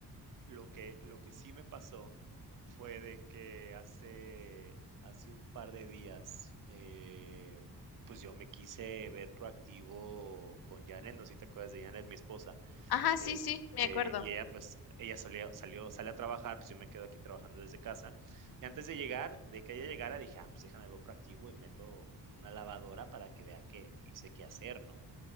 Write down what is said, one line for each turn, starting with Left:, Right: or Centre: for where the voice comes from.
Right: lo que, lo que sí me pasó fue de que hace, hace un par de días, eh, pues yo me quise ver proactivo con Janet, no sé si te acuerdas de Janet, mi esposa.
Left: Ajá,
Right: Este,
Left: sí, sí, me acuerdo.
Right: y ella, pues, ella salió salió, sale a trabajar, pues yo me quedo aquí trabajando desde casa. Y antes de llegar, de que ella llegara, dije, ah, pues déjame, veo proactivo y meto una lavadora para que vea que, que hice qué hacer, ¿no?